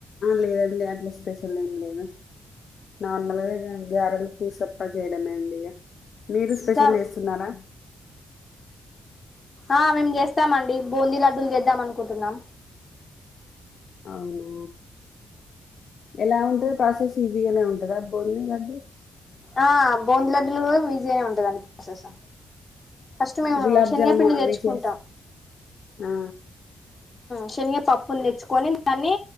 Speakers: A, on the left (about 50°); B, on the left (about 20°).
A: లేదండి అట్లా స్పెషల్ ఏమి లేదు నార్మల్గా గ్యారెలు పూసప్ప చేయడమే అండి ఇగ మీరు స్పెషల్
B: ఇంకా
A: చేస్తున్నారా
B: ఆ మేము చేస్తామండి బూందీ లడ్డలు చేద్దాం అనుకుంటున్నాం
A: అవునా ఎలా ఉంటది ప్రసెస్ ఈజీగానే ఉంటందా బోంది లడ్డు
B: ఆ బూంద లడ్డలు కూడా బిజీగానే ఉంటద అండి ప్రాసెస్ ఫస్ట్ మేము
A: గులాబ్
B: శనగపిండి
A: జము అవి
B: తెచ్చుకుంటాం
A: చేస్ ఆ
B: శనగ పప్పు తెచ్చుకొని దాన్ని